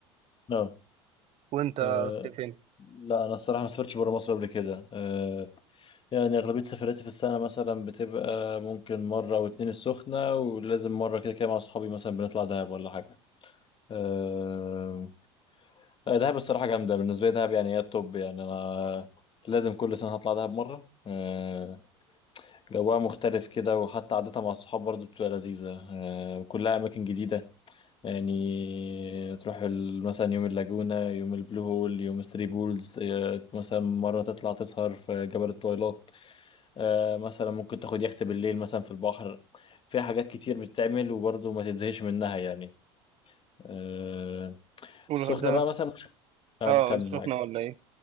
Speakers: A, on the left (about 35°); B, on the right (about 45°).
A: اه
B: وانت
A: اه،
B: رحت فين؟
A: لا انا الصراحه ما سافرتش بره مصر قبل كده آه يعني اغلبيه سفراتي في السنه مثلا بتبقى ممكن مره او اتنين السخنه ولازم مره كده كده مع اصحابي مثلا بنطلع دهب ولا حاجه آه اه، دهب الصراحه جامده بالنسبه لي دهب يعني هي التوب يعني انا لازم كل سنه هطلع دهب مره آه جوها مختلف كده وحتى عادتها مع الصحاب برضو بتبقى لذيذه آه وكلها اماكن جديده يعني تروح ال- مثلا يوم اللاجونة يوم البلو هول يوم ثري بولز آه، مثلا مرة تطلع تسهر في جبل الطويلات آه، مثلا ممكن تاخد يخت بالليل مثلا في البحر فيها حاجات كتير بتتعمل وبرضه ما تتزهقش منها يعني آه،
B: والغردقة
A: السخنة بقى مثلا مش آه،
B: اه
A: كمل
B: السخنة
A: معاك
B: ولا ايه؟